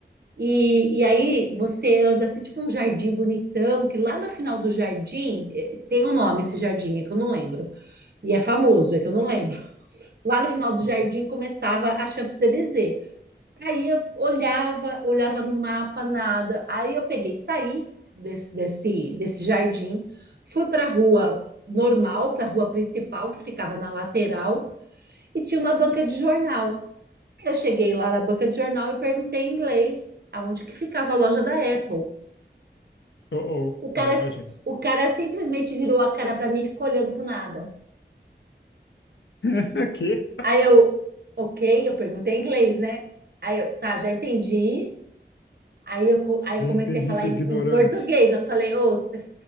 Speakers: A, on the right (about 60°); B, on the left (about 80°).
A: e, e aí você anda assim tipo um jardim bonitão, que lá no final do jardim eh, tem um nome esse jardim, é que eu não lembro. E é famoso, é que eu não lembro. Lá no final do
B: Uhum.
A: jardim começava a Champs-Élysées. Aí eu olhava, olhava no mapa, nada. Aí eu peguei, saí desse, desse, desse jardim, fui para a rua normal, para a rua principal, que ficava na lateral, e tinha uma banca de jornal. Aí Eu cheguei lá na banca de jornal e perguntei em inglês aonde que ficava a loja da Apple.
B: Oh, oh,
A: O
B: já
A: cara,
B: imagino.
A: si, o cara simplesmente virou a cara para mim e ficou olhando pro nada.
B: <laughs> Aqui?
A: Aí eu, ok, eu perguntei em inglês, né? Aí eu, tá, já entendi. Aí eu, co- aí
B: Já
A: eu comecei
B: entendi,
A: a falar
B: seu
A: em,
B: ignorante.
A: em português. Eu falei, ô, você-